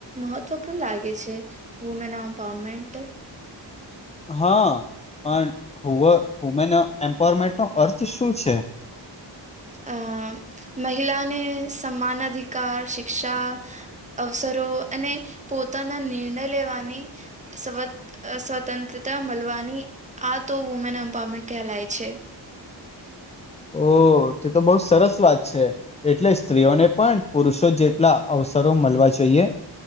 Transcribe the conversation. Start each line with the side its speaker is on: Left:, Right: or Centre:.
Right: મહત્વપૂર્ણ લાગે છે. હુંમેન ઓપામેન્ટ.
Left: હા પણ વુમેન એમ્પાવરમેન્ટ નો અર્થ શું છે.
Right: અ મહિલાને સમાન અધિકાર શિક્ષા. અવસરો અને પોતાના નિર્ણય લેવાની. સ્વત સ્વતંત્રતા મળવાની આ તો વુમેન એમ્પાવરમેન્ટ કહેલાય છે.
Left: ઓ તે તો બઉ સરસ વાત છે એટલે સ્ત્રીઓને પણ. પુરુષો જેટલા અવસરો મળવા જોઈએ.